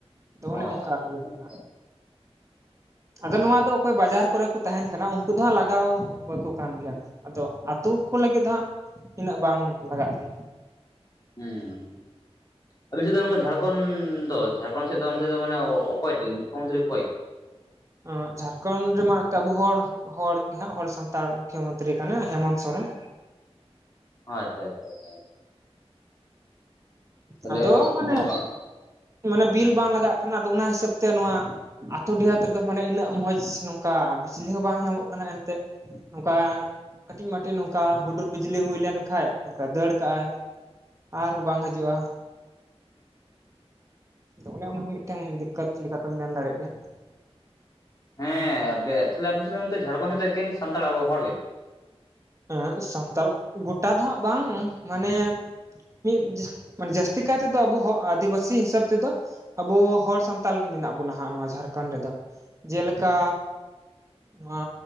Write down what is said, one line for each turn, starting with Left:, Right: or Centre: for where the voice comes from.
Right: ᱛᱚ ᱚᱱᱮ
Left: ᱚ
Right: ᱚᱱᱠᱟ ᱤᱭᱟᱹ
Left: ᱟᱪᱪᱷᱟ
Right: ᱠᱟᱱᱟ᱾ ᱟᱫᱚ
Left: ᱚ
Right: ᱱᱚᱣᱟ ᱫᱚ ᱚᱠᱚᱭ ᱵᱟᱡᱟᱨ ᱠᱚᱨᱮ ᱛᱟᱦᱮᱱ ᱠᱟᱱᱟ ᱩᱱᱠᱩ ᱫᱚ ᱦᱟᱸᱜ ᱞᱟᱜᱟᱣ ᱵᱟᱠᱚ ᱠᱟᱱ ᱜᱮᱭᱟ ᱟᱫᱚ ᱟᱹᱛᱩ ᱠᱚ ᱞᱟᱹᱜᱤᱫ ᱫᱚ ᱦᱟᱸᱜ ᱤᱱᱟᱹᱜ ᱵᱟᱝ ᱞᱟᱜᱟᱜ ᱠᱟᱱᱟ᱾
Left: ᱦᱩᱸ᱾ ᱟᱯᱮ ᱥᱮᱫ ᱫᱚ ᱱᱚᱝᱠᱟ ᱡᱷᱟᱲᱠᱷᱚᱱ ᱫᱚ ᱡᱷᱟᱲᱠᱷᱚᱱ ᱥᱮᱫ ᱫᱚ ᱚᱱᱛᱮ ᱫᱚ ᱢᱟᱱᱮ ᱚᱠᱚᱭ ᱴᱤᱡ ᱢᱩᱠᱷᱚ ᱢᱚᱱᱛᱨᱤ ᱚᱠᱚᱭ?
Right: ᱟᱸᱜ ᱡᱷᱟᱨᱠᱷᱚᱸᱱᱰ ᱨᱮᱢᱟ ᱮᱛᱮ ᱟᱵᱚ ᱦᱚᱲ᱾ ᱦᱚᱲ ᱜᱮ ᱦᱟᱸᱜ ᱦᱚᱲ ᱥᱟᱱᱛᱟᱲ ᱢᱩᱠᱷᱭᱟᱹ ᱢᱚᱱᱛᱨᱤ ᱠᱟᱱᱟᱭ ᱦᱮᱢᱚᱱ ᱥᱚᱨᱮᱱ᱾
Left: ᱦᱚᱸ ᱟᱪᱪᱷᱟ ᱟᱪᱪᱷᱟ ᱟᱪᱪᱷᱟ, ᱛᱟᱦᱞᱮ
Right: ᱟᱫᱚ ᱢᱟᱱᱮ
Left: ᱚᱸᱜ
Right: ᱢᱟᱱᱮ ᱵᱤᱞ ᱵᱟᱝ ᱞᱟᱜᱟᱜ ᱠᱟᱱᱟ ᱟᱫᱚ ᱚᱱᱟ ᱦᱤᱥᱟᱹᱵ ᱛᱮ ᱱᱚᱣᱟ ᱟᱛᱳ ᱰᱤᱦᱟᱛ ᱨᱮᱫᱚ ᱢᱟᱱᱮ ᱤᱱᱟᱹᱜ ᱢᱚᱡᱽ ᱱᱚᱝᱠᱟ ᱵᱤᱡᱽᱞᱤ ᱦᱚᱸ ᱵᱟᱝ ᱧᱟᱢᱚᱜ ᱠᱟᱱᱟ ᱮᱱᱛᱮᱫ᱾ ᱱᱚᱝᱠᱟ ᱠᱟᱹᱴᱤᱡ ᱢᱟᱹᱴᱤ ᱱᱚᱝᱠᱟ ᱦᱩᱰᱩᱨ ᱵᱤᱡᱽᱞᱤ ᱦᱩᱭ ᱞᱮᱱᱠᱷᱟᱡ ᱱᱚᱝᱠᱟ ᱫᱟᱹᱲ ᱠᱟᱜᱼᱟᱭ᱾ ᱟᱨᱦᱚᱸ ᱵᱟᱝ ᱦᱤᱡᱩᱜᱼᱟ᱾ ᱟᱫᱚ ᱚᱱᱮ ᱚᱱᱟ ᱦᱚᱸ ᱢᱤᱫᱴᱟᱝ ᱫᱤᱠᱠᱟᱹᱛ ᱞᱮᱠᱟᱛᱮᱢ ᱢᱮᱱ ᱫᱟᱲᱮᱜ ᱜᱮᱭᱟ᱾
Left: ᱦᱮᱸ ᱟᱯᱮᱭᱟᱜ ᱛᱟᱦᱞᱮ ᱟᱵᱤᱱ ᱥᱮᱫ ᱫᱚ ᱚᱱᱛᱮ ᱡᱷᱟᱲᱠᱷᱚᱸᱱᱰ ᱥᱮᱫ ᱫᱚ ᱮᱠᱮᱱ ᱥᱟᱱᱛᱟᱲ ᱟᱵᱚ ᱦᱚᱲ ᱜᱮ᱾
Right: ᱩᱸᱦᱩᱸᱜ ᱥᱟᱱᱛᱟᱞ ᱜᱚᱴᱟ ᱫᱚ ᱦᱟᱸᱜ ᱵᱟᱝ ᱢᱟᱱᱮ ᱢᱤᱫ ᱢᱟᱱᱮ ᱡᱟᱹᱥᱛᱤ ᱠᱟᱭ ᱛᱮᱫᱚ ᱟᱵᱚ ᱦᱚᱸᱜ ᱟᱹᱫᱤᱵᱟᱹᱥᱤ ᱦᱤᱥᱟᱹᱵ ᱛᱮᱫᱚ ᱟᱵᱚ ᱦᱚᱲ ᱥᱟᱱᱛᱟᱞ ᱜᱮ ᱢᱮᱱᱟᱜ ᱵᱚᱱᱟ ᱦᱟᱸᱜ ᱱᱚᱣᱟ ᱡᱷᱟᱨᱠᱷᱚᱸᱰ ᱨᱮᱫᱚ᱾ ᱡᱮᱞᱮᱠᱟ, ᱱᱚᱣᱟ